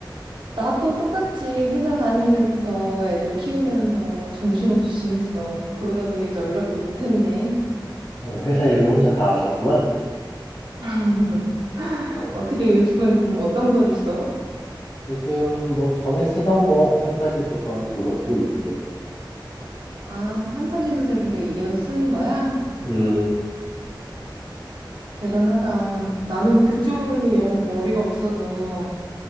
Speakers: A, on the right; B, on the left.
A: 나도 똑같이 회사 다니면서 애들 키우면서 정신없이 지냈어. 그러다 보니까 연락도 못했네.
B: 어, 회사 일은 혼자 다 하셨구만.
A: <laughs>
B: 어,
A: 어떻게 요즘은 그럼 어떤 거를 써?
B: 요즘 뭐 전에 쓰던 거, 판타지 소설 그거 쓰고 있지.
A: 아, 판타지 소설 계속 이어서 쓰는 거야?
B: 음,
A: 대단하다. 나는 그쪽으로는 영 머리가 없어서.